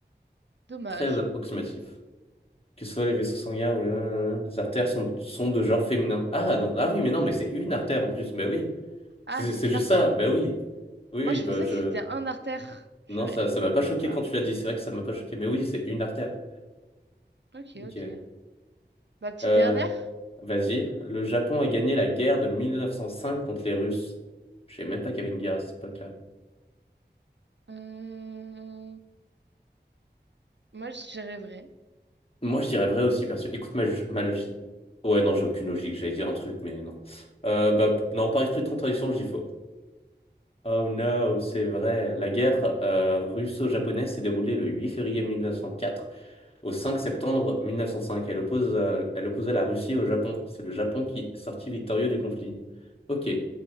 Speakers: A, on the right; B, on the left.
A: dommage.
B: Très approximatif. Que ce soit les vaisseaux sanguins ou les, les artères sont, sont de genre féminin. Ah, non. Ah oui, mais non, mais c'est une artère en plus. Mais oui.
A: Ah,
B: C'est
A: c'est
B: c'est
A: une
B: juste
A: artère?
B: ça, ben oui. Oui,
A: Moi,
B: oui,
A: je
B: bah
A: pensais
B: je.
A: que c'était un artère. Purée.
B: Non, ça, ça m'a pas
A: Bah,
B: choqué quand tu l'as dit, c'est vrai que ça m'a pas choqué, mais oui, c'est une artère.
A: ok,
B: Ok.
A: ok. Ma petite
B: Euh,
A: dernière?
B: vas-y. Le Japon a gagné la guerre de 1905 contre les Russes. Je savais même pas qu'il y avait une guerre à cette époque-là.
A: Hum, moi, je dirais vrai.
B: Moi, je dirais vrai aussi, parce que écoute ma, ma logique. Ouais, non, j'ai aucune logique, j'allais dire un truc, mais non. Euh, bah, p- non, par esprit de contradiction, je dis faux. Oh no, c'est vrai. La guerre euh, russo-japonaise s'est déroulée le 8 février 1904 Au 5 septembre 1905, elle oppose, euh, elle opposa la Russie au Japon. C'est le Japon qui sortit victorieux du conflit. Ok,